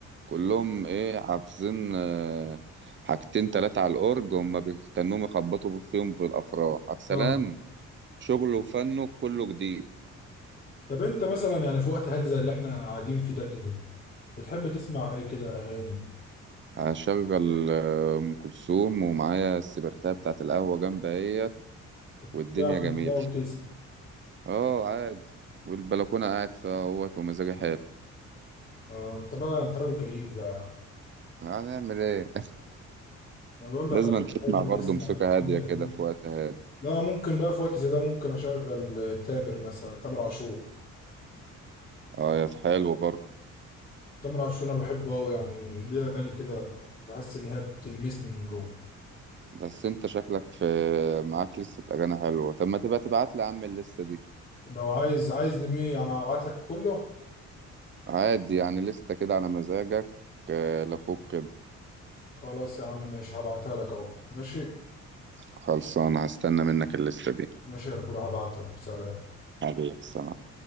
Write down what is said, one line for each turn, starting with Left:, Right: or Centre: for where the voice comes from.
Right: كلهم إيه حافظين آه، حاجتين تلاتة على الأورج هما بيستنوهم يخبطوا فيهم في الأفراح عبد السلام
Left: اه
Right: شغله وفنه كله جديد
Left: طب انت مثلا يعني في وقت هادي زي اللي احنا قاعدين في ده كده بتحب تسمع ايه كده اغاني
Right: هشغل آه، ام كلثوم ومعايا السبرتاب بتاعت القهوه جنب اهيت
Left: وتعمل
Right: والدنيا جميله
Left: ده وتسمع
Right: اه عادي والبلكونه قاعد فيها اهوت ومزاجي حلو
Left: آه انت بقى انت راجل كيف بقى
Right: هنعمل ايه
Left: انا
Right: <laughs>
Left: بقول لك
Right: لازم
Left: راجل بتحب
Right: تسمع برضه
Left: تسمع
Right: موسيقى
Left: اغاني
Right: هاديه كده
Left: قديمه
Right: في وقت هادي
Left: لا انا ممكن بقى في وقت زي ده ممكن اشغل آه، تامر مثلا تامر عاشور
Right: اه يا حلو برضه
Left: تامر عاشور انا بحبه قوي يعني ليه اغاني كده بحس ان هي بتلمسني من جوه
Right: بس انت شكلك في معاك لسه اغاني حلوه طب ما تبقى تبعت لي يا عم الليسته دي
Left: لو عايز عايز لمين انا هبعت لك كله
Right: عادي يعني لسته كده على مزاجك آه، لاخوك كده
Left: خلاص يا عم ماشي هبعتها لك اهو ماشي
Right: خلصانه هستنى منك الليسته دي
Left: ماشي يا رجولة هبعتها اهو سلام
Right: حبيبي سلام